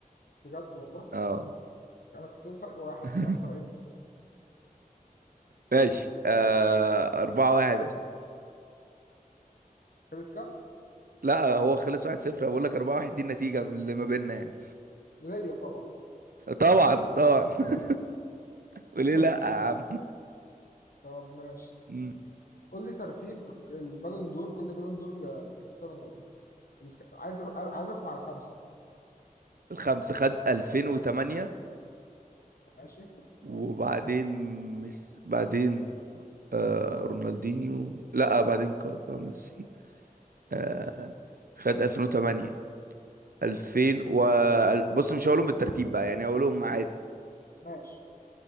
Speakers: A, on the left; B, on the right.
A: بجد والله
B: اه
A: انا كنت قلت فرق واحد
B: <laughs>
A: يعني فرقت
B: ماشي آه... 4-1 يا صاحبي.
A: خلص كام؟
B: لا هو خلص 1-0 بقول لك 4-1 دي النتيجة اللي ما بيننا يعني
A: ليا طبعا
B: طبعا طبعا <laughs> وليه
A: <laughs>
B: لا يا عم
A: طب ماشي
B: مم.
A: قول لي ترتيب البالون دور كل بالون دور ل- لكريستيانو رونالدو الخ... عايز عايز اسمع الخمسه
B: الخمسة خد 2008
A: ماشي
B: وبعدين مس... بعدين آه رونالدينيو لا بعدين كاكا ميسي آه، خد 2008 2000 و بص مش هقولهم بالترتيب بقى يعني هقولهم عادي
A: ماشي